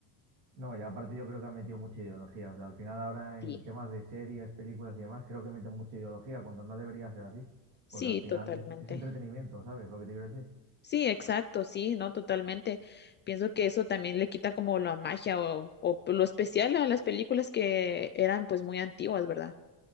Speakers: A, on the right (about 75°); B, on the left (about 25°).
A: No, y aparte yo creo que han metido mucha ideología. O sea, al final ahora
B: Sí.
A: en temas de series, películas y demás, creo que meten mucha ideología cuando no debería ser así.
B: Sí,
A: Porque al final
B: totalmente.
A: es, es entretenimiento, ¿sabes? Lo que te quiero decir.
B: Sí, exacto, sí, no, totalmente. Pienso que eso también le quita como la magia o, o lo especial a las películas que eran pues muy antiguas, ¿verdad?